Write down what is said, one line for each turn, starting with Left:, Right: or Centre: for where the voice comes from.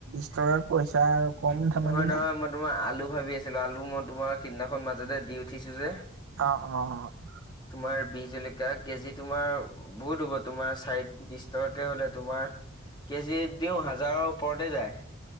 Right: স্তৰত পইচা আৰু কম ধেমালি
Left: নহয় নহয়
Right: নে
Left: মই তোমাৰ আলু ভাবি আছিলোঁ আলু মই তোমাৰ সেইদিনাখন মাজতে দি উঠিছোঁ যে।
Right: অ', অ', অ'।
Left: তোমাৰ বি জলকীয়া কেজি তোমাৰ বহুত হ'ব তোমাৰ চাৰিত বিশ টকাকে হলে তোমাৰ কেজিয়ে দিওঁ হাজাৰৰ ওপৰতে যায়।